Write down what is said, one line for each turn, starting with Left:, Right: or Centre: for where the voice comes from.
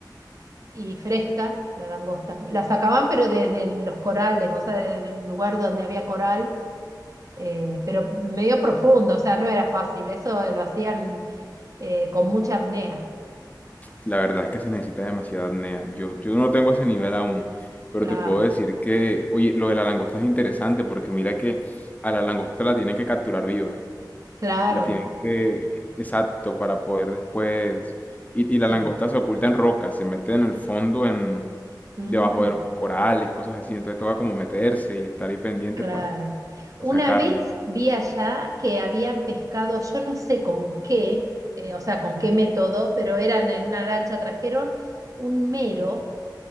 Right: Y fresca la langosta. La sacaban, pero desde los corales, o sea, del lugar donde había coral, eh, pero medio profundo, o sea, no era fácil. Eso lo hacían eh, con mucha apnea.
Left: La verdad es que se necesita demasiada apnea. Yo, yo no tengo ese nivel aún, pero
Right: Claro,
Left: te puedo decir que, oye, lo de la langosta es interesante porque mira que a la langosta la tienen que capturar viva.
Right: claro,
Left: La tienen que, exacto, para poder después... Y, y
Right: sí.
Left: la langosta se oculta en rocas, se mete en el fondo, en
Right: Mm.
Left: debajo de los corales, cosas así. Entonces toca como meterse y estar ahí pendiente
Right: Claro.
Left: para
Right: Una
Left: sacarla.
Right: vez vi allá que habían pescado, yo no sé con qué, eh, o sea, con qué método, pero eran en una lancha, trajeron un mero,